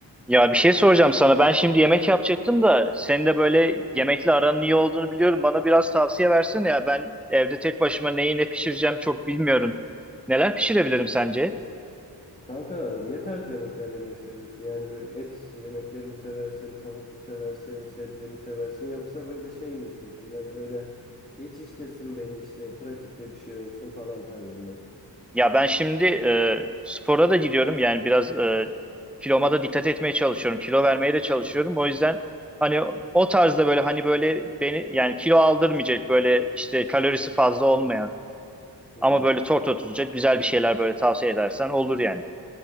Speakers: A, in the centre; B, on the left.
A: Ya bir şey soracağım sana. Ben şimdi yemek yapacaktım da senin de böyle yemekle aranın iyi olduğunu biliyorum. Bana biraz tavsiye versene ya. Ben evde tek başıma neyi ne pişireceğim çok bilmiyorum. Neler pişirebilirim sence?
B: Kanka ne tarz yemekler yemeyi seviyorsun? Yani böyle et yemekleri mi seversin, tavuk mu seversin, sebze mi seversin yoksa böyle şey mi istiyorsun? Biraz böyle geçiştirsin beni işte pratikte bir şey olsun falan tarzı mı?
A: Ya ben şimdi e, spora da gidiyorum. Yani biraz e, kiloma da dikkat etmeye çalışıyorum. Kilo vermeye de çalışıyorum.
B: Hı hı.
A: O yüzden hani o tarzda böyle hani böyle beni yani kilo aldırmayacak böyle işte kalorisi fazla olmayan
B: Hmm.
A: ama böyle tok tutacak güzel bir şeyler böyle tavsiye edersen olur yani.